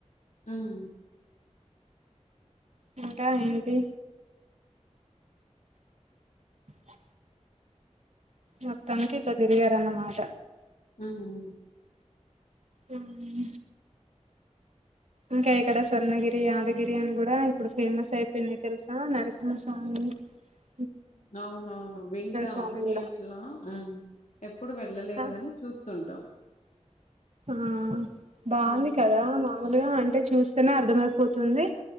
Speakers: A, on the left (about 75°); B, on the right (about 65°).
A: ఉమ్
B: ఇంకా ఏంటి హా మొత్తానికి ఇట్లా తిరిగారన్న మాట
A: ఉమ్
B: ఉమ్ ఇంకా ఇక్కడ స్వర్ణగిరి యాదగిరి అని కూడా ఇప్పుడు ఫేమస్ అయిపోయినాయి తెలుసా నరసింహస్వామి అ
A: అవునవును వింటాము
B: స్వామి
A: న్యూస్లో
B: కూడా
A: ఎప్పుడు వెళ్ళలేదు
B: ఆ
A: కాని చూస్తుంటాం
B: ఆ బాగుంది
A: హ్మ్
B: కదా మామూలుగా అంటే చూస్తేనే అర్థమయిపోతుంది